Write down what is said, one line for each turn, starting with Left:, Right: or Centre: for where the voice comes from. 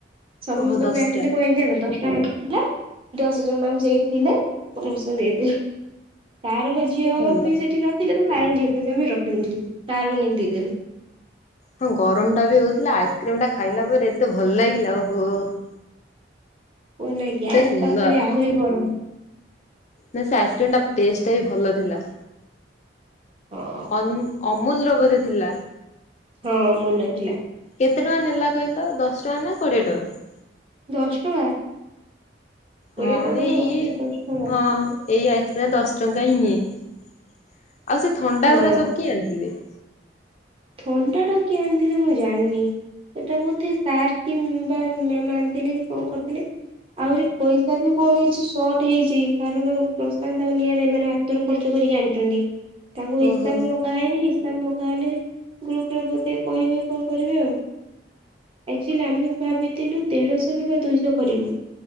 Right: ସମସ୍ତ
Left: ଓହୋ ଦଶଟା
Right: ପାଇଁ ଆଣିଥିଲେ କଣ ହେଇଥାନ୍ତା? ଦଶ ଟା ଆଣିଥିଲା, ଦଶ ଜଣ ଆମେ ସେଇଠି ଥିଲେ, ସମସ୍ତଙ୍କୁ ଦେଇଦେଲୁ, ସାର୍ ଙ୍କ ଝି ଝିଅ
Left: ଭଲ।
Right: ବି ସେଠି ନଥିଲେ ତ ସାର୍ ଙ୍କ ଝିଅ <unintelligible> ରଖିଦେଇଥିଲୁ। ସାର୍ ଙ୍କୁ ନେଇକି ଦେଇଦେଲି।
Left: ହଁ ଗରମ ଟା ବି ହୋଉଥିଲା। ଆଇସ୍କ୍ରିମ୍ ଟା ଖାଇଲା ପରେ ଏତେ ଭଲା ଲାଗିଲା। ଓହୋଃ!
Right: ଓ, ନାଇଁ ଗ୍ୟାସ୍
Left: ସୁନ୍ଦର
Right: ପାଖରେ ଆହୁରି ଗରମ।
Left: ନା ସେ ଆଇସ୍କ୍ରିମ୍ ଟା ଟେଷ୍ଟ୍ ଟା ବି ଭଲ ଥିଲା।
Right: ହଁ।
Left: ଅନ୍, ଅମୁଲ୍ ର ବୋଧେ ଥିଲା?
Right: ହଁ ଅମୁଲ୍ ର ଥିଲା।
Left: କେତେ ଟଙ୍କା ନେଲା କହିଲ ଦଶ ଟଙ୍କା ନା କୋଡ଼ିଏ ଟଙ୍କା?
Right: ଦଶ ଟଙ୍କା। କୋଡିଏ
Left: ହଁ
Right: ଟଙ୍କା
Left: ଏଇ
Right: ନବ ଏଇଟା ଦଶ ଟଙ୍କା
Left: ହଁ। ଏଇ ଆଇସ୍କ୍ରିମ୍ ଦଶ ଟଙ୍କା ହିଁ ନିଏ। ଆଉ ସେ ଥଣ୍ଡା
Right: ହଁ
Left: ଗୁରା ସବୁ କିଏ ଆଣିଥିଲେ?
Right: ଥଣ୍ଡା ଟା କିଏ ଆଣିଥିଲେ ମୁଁ ଜାଣିନି? ସେଟା ବୋଧେ ସାର୍ କିମ୍ବା ମ୍ୟାମ୍ ଆଣିଥିଲେ କି କଣ କରିଥିଲେ। ଆହୁରି ପଇସା ବି କଣ ହେଇଛି ସଟ୍ ହେଇଛି। କାରଣ ପ୍ରଶାନ୍ତ ଆଉ ନିଆର ଏମାନେ ହା ତୁରୁ ଖର୍ଚ୍ଚ କରିକି ଆଣିୁଚନ୍ତି। ତାଙ୍କୁ ହିସାବ
Left: ଓହୋ
Right: ମଗା ହେଇନି। ହିସାବ ମଗା ହେଲେ ଗ୍ରୁପ୍ ରେ ବୋଧେ କହିବେ କଣ କରିବେ ଆଉ। ଏକ୍ଚୁଲି ଆମେ ଭାବିଥିଲୁ ଦେଢ଼ଶ କିମ୍ବା ଦୁଇଶ କରିବୁ।